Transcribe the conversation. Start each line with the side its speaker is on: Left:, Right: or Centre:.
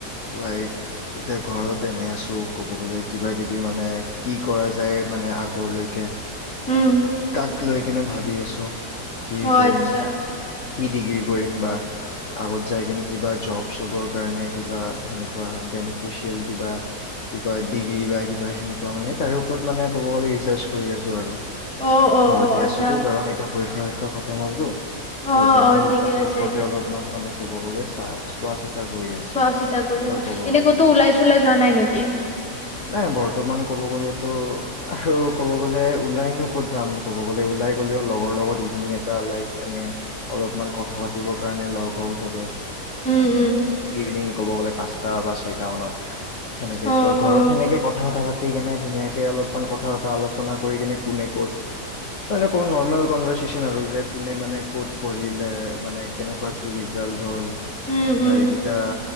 Left: লাইক এতিয়া ঘৰত এনে আছোঁ ক'ব গ'লে কিব কিবি মানে কি কৰা যায় মানে আগলৈক
Centre: উম
Left: কাক লৈ কিনে ভাবি আছোঁ কি
Centre: অ
Left: কৰিম
Centre: আচ্ছা
Left: কি ডিগ্ৰী কৰিম বা আগত যাই কিনে কিবা জব চবৰ কাৰণে কিবা সেনেকুৱা বেনিফিচিয়েল কিবা কি কয় ডিগ্ৰী বা কিবা সেনেকুৱা মানে তাৰে ওপৰত মানে ক'ব গ'লে ৰিচাৰ্চ কৰি আছো আৰু
Centre: অ অ
Left: ঘৰতে
Centre: অ আচ্ছা
Left: আছোতো কাৰণ এতিয়া পৰীক্ষাৰ কা খতম হলটো
Centre: অ
Left: সেইকাৰণে
Centre: অ
Left: সেইবিলাকৰ
Centre: ঠিকে আছে
Left: ওপৰতে
Centre: দিয়া
Left: অলপমান মানে ক'ব গলে, চা চোৱা চিত <unintelligible> কৰি আছো
Centre: চোৱা চিতা কৰি
Left: আৰু
Centre: আছা
Left: কব
Centre: এনে
Left: গলে।
Centre: ক'তো ওলাই চোলাই যোৱা নাই নেকি
Left: নাই বৰ্তমান কব গলেতো <unintelligible> ক'ব গ'লে ওলাইনো ক'ত যাম ক'ব গলে, ওলাই গ'লেও লগৰ লগত ইভিনিং এটা লাইক এনে, অলপমান কথা পাতিবৰ কাৰণে লগ হও চবে।
Centre: উম, উম,
Left: ইভিনিং ক'ব গ'লে পাঁচটা বা ছয়টা মানত সেনেকে
Centre: অ',
Left: চ', ঘৰত
Centre: অ',
Left: সেনেকে কথা চথা পাতি কেনে, ধুনীয়াকে অলপমান কথা বতা অলপ এনে কোনে ক'ত, <unintelligible> মানে নৰ্মেল কণভাৰ্চেচন আৰু যে কোনে মানে কত পঢ়িলে, মানে কেনেকুৱা কি ৰিজাল্ট হল,
Centre: উম, উম,
Left: লাইক ইটাৰ